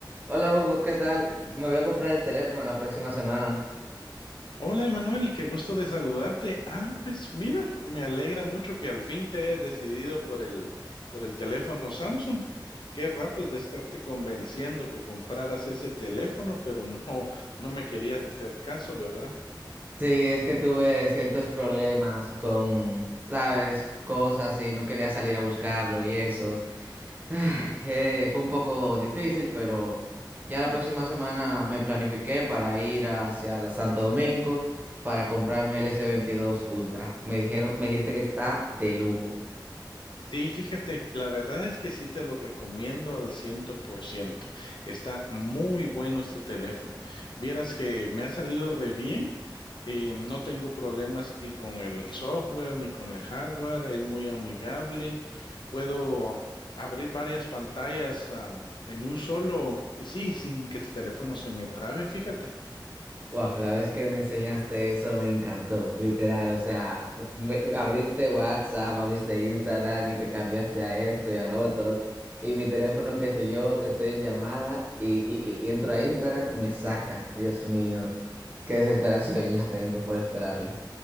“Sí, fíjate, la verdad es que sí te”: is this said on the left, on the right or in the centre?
Left